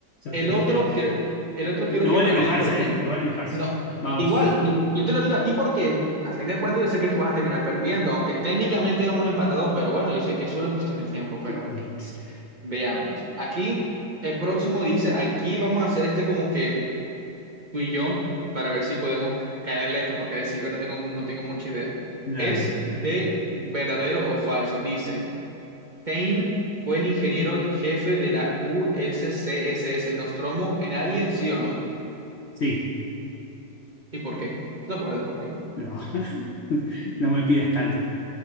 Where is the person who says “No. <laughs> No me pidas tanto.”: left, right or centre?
Left